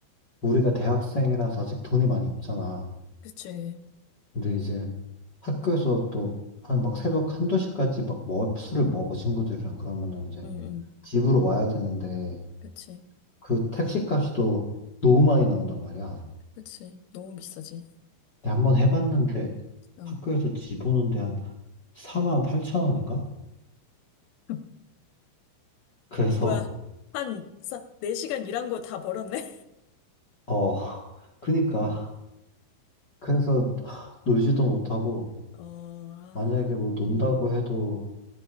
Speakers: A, on the left; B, on the left.
A: 우리가 대학생이라서 아직 돈이 많이 없잖아.
B: 그치.
A: 근데 이제 학교에서 또 한 막 새벽 한두 시까지 막 뭐, 술을 먹어 친구들이랑 그러면은 이제
B: 음, 음,
A: 집으로 와야 되는데
B: 그치.
A: 그 택시 값이도 너무 많이 나온단 말이야.
B: 그치. 너무 비싸지.
A: 근데 한번 해봤는데
B: 어.
A: 학교에서 집 오는데 한 4만 8천 원인가?
B: <laughs>
A: 그래서
B: 뭐야. 한, 싸, 4시간 일한 거 다 벌었네?
A: 어 <laughs> 그니까 그래서 하, 놀지도 못하고
B: <laughs> 어, 아,
A: 만약에 뭐 논다고
B: 음,
A: 해도